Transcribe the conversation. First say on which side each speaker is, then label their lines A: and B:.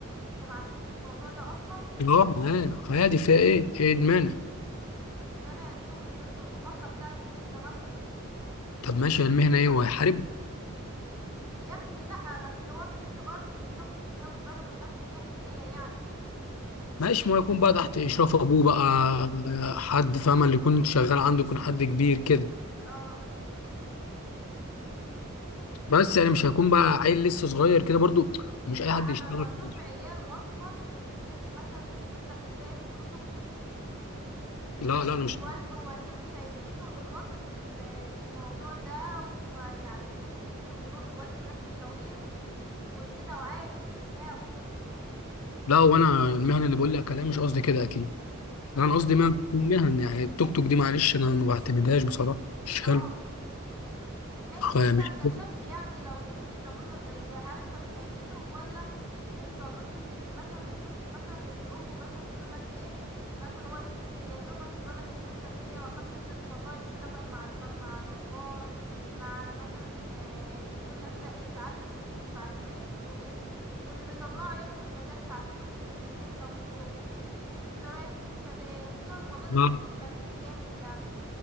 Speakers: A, on the right (about 15°); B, on the left (about 80°).
A: انت مع فكرة الموضوع ده اصلا
B: اه معاه عادي فيها ايه ايه المانع
A: المانع صغري ظنه المخاطرة بتاعة المهنة مثلا
B: طب ماشي المهنة ايه هو هيحارب
A: يا ابني لأ بس هو في سن برضه مش واخد مش هاخد باله من نفسه مية في المية يعني
B: ماشي ما هو يكون بقى تحت اشراف ابوه بقى حد فاهم اللي يكون شغال عنده يكون حد كبير كده
A: اه
B: بس يعني مش هيكون بقى عيل لسه صغير كده برضو ومش
A: لا
B: اي حد
A: انا
B: يشتغل
A: بشوف
B: فيه.
A: عيال اصلا من سن مثلا الستة ابتدائي بيسوقوا توك توك وماشي
B: لا لا انا مش
A: ووالده ووالدته سايبينه يخاطر ال- الموضوع ده وما يعني يمشي ويروح يودي ناس مشاوير وكده وعادي مش في دماغه
B: لا وانا المهنة اللي بقول لك عليها مش قصدي كده اكيد
A: اه
B: لا انا قصدي مهن مهن يعني التوك توك دي معلش انا ما بعتمدهاش بصراحة مش
A: اه
B: حلو
A: ماشي
B: يعني
A: انت
B: مش-
A: كشاب يعني لو شفت نموذج زي ده هل انت بتأيده ولا انت ضد ان ان مثلا الطفل مثلا اللي امه مثلا تقول لك ايه مثلا هو لسه في يا دوبك الولد في ستة ابتدائي او خمسة ابتدائي تطلعه يشتغل مع مثلا مع نجار مع مثلا اه، تقول لك لا يتعلم ويصرف على البيت وكده واللي بيطلعوا عيالهم المدارس عشان خاطر المهنة والشغل انت رأيك في الفكرة ده ايه خصوصا الموضوع ده
B: لا
A: بيحصل في الفلاحين جامد يعني